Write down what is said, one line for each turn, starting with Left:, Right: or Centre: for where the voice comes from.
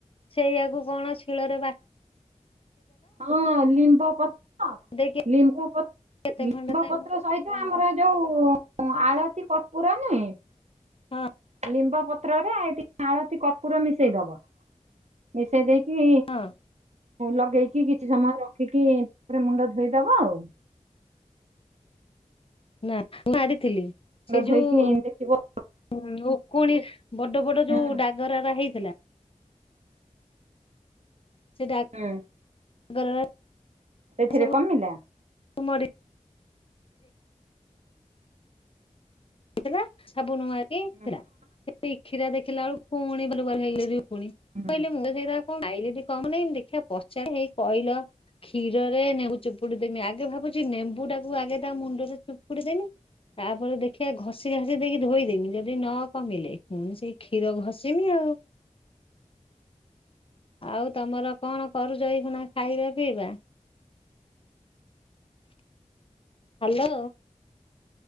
Left: ସେଇଆକୁ କଣ ଶିଳରେ ବା
Right: ହଁ ଲିମ୍ବ ପତ୍ର
Left: ଦେଇକି
Right: ଲମ୍ବ ପ
Left: କେତେ
Right: ଲିମ୍ବ
Left: ଖଣ୍ଡେ ତା
Right: ପତ୍ର
Left: ହଁ
Right: ସହିତ ଆମର ଯୋଉ ଆଳତି କର୍ପୂର ନୁହେଁ
Left: ହଁ
Right: ଲିମ୍ବ ପତ୍ରରେ ଟି ଆଳତି କର୍ପୂର ମିଶେଇଦବ ମିଶେଇ ଦେଇକି
Left: ହଁ
Right: ଲଗେଇ କି କିଛି ସମୟ ରଖିକି ତାପରେ ମୁଣ୍ଡ ଧୋଇଦବ ଆଉ।
Left: ନା ମୁଁ ମାରିଥିଲି
Right: ମୁଣ୍ଡ
Left: ସେ ଯୋଉ
Right: ଧୋଇକି ଦେଖିବ
Left: ଉକୁଣି ବଡ-ବଡ ଯୋଉ
Right: ହୁଁ
Left: ଡାଗରାରା ହେଇଥିଲା ସେ ଡଗରା
Right: ହୁଁ ସେଥିରେ
Left: ସବୁ
Right: କମିଲା
Left: ମରି ଥିଲା ସବାନୁ ମାରି
Right: ହୁଁ
Left: ଥିଲା ପିଠିରେ ଦେଖିଲା ବେଳୁକୁ ପୁଣି ବାଲୁ-ବାଲୁ ହେଇଗଲେରେ ଉକୁଣୀ।
Right: ହଁ
Left: କହିଲେ ମୁଁଣ୍ଡ ଧୋଇ କଣ ଖାଇ କମୁ ନାଇଁ ମୁ ଦେଖିଆ ପଚାରେ ହେଇ କହିଲ କ୍ଷୀରରେ ନେମ୍ବୁ ଚୁପୁଡ଼ି ଦେମି ଆଗେ ଭାବୁଚି ନେମ୍ବୁ ଟାକୁ ଆଗେ ତା ମୁଣ୍ଡରେ ଚୁପୁଡି ଦେମି ତାପରେ ଦେଖି ଖୀଆ ଘଷି ଘାସି ଦେଇକି ଧୋଇଦେମି ଯଦି ନ କମିଲେ ପୁଣି ସେଇ କ୍ଷୀର ଘସିମି ଆଉ। ଆଉ ତମର କଣ କରୁଚ ଏଇଖୁଣା ଖାଇବା ପିଇବା? ହାଲୋ।